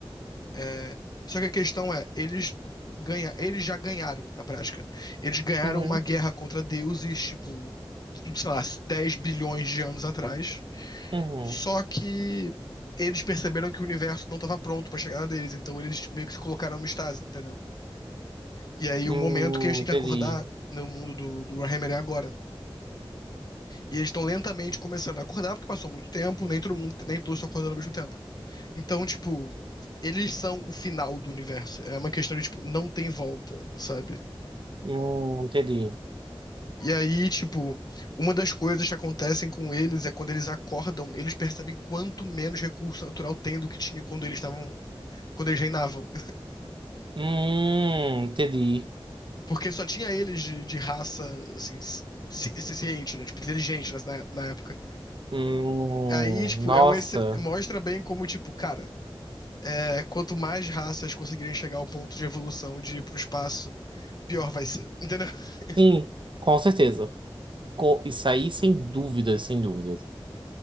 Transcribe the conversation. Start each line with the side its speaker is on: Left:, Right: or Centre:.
Left: É, Só que a questão é, eles ganha... eles já ganharam na prática. Eles ganharam
Right: uhum,
Left: uma guerra contra deuses, tipo, sei lá, 10 bilhões de anos atrás.
Right: uhum.
Left: Só que eles perceberam que o universo não estava pronto pra chegar deles, então eles meio que se colocaram no estase, entendeu? E aí
Right: Hum,
Left: o momento que eles têm
Right: entendi.
Left: que acordar no mundo do, do Warhammer é agora. E eles estão lentamente começando a acordar, porque passou muito tempo, nem todo mundo, nem todos estão acordando ao mesmo tempo. Então, tipo, eles são o final do universo. É uma questão de, tipo, não tem volta, sabe?
Right: Hum, entendi.
Left: E aí, tipo, uma das coisas que acontecem com eles é quando eles acordam, eles percebem quanto menos recurso natural tem do que tinha quando eles estavam, quando eles reinavam.
Right: Hum, entendi.
Left: Porque só tinha eles de, de raça, assim, ci- ci- ciente, né? Tipo, inteligente na, na época.
Right: Hum,
Left: Aí, tipo,
Right: nossa.
Left: é um excel- mostra bem como, tipo, cara, é, quanto mais raças conseguirem chegar ao ponto de evolução de ir pro espaço, pior vai ser. Entendeu? <laughs>
Right: Sim, com certeza. Co- isso aí, sem dúvidas, sem dúvidas.